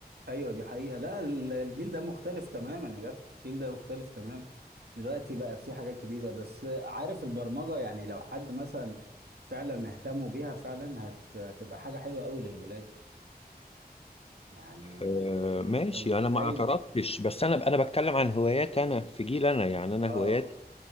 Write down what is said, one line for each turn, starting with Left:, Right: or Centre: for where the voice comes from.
Right: ايوه دي حقيقة لا ال- الجيل ده مختلف تماما يا جدع الجيل ده مختلف تماما دلوقتي بقى في حاجات جديدة بس عارف البرمجة يعني لو حد مثلا فعلا اهتموا بيها فعلا هت... هتبقى حاجة حلوة قوي للولاد يعني
Left: آه، ماشي
Right: انت متخيل
Left: انا ما اعترضتش بس انا انا بتكلم عن هوايات انا في جيل انا يعني انا
Right: اه
Left: هواياتي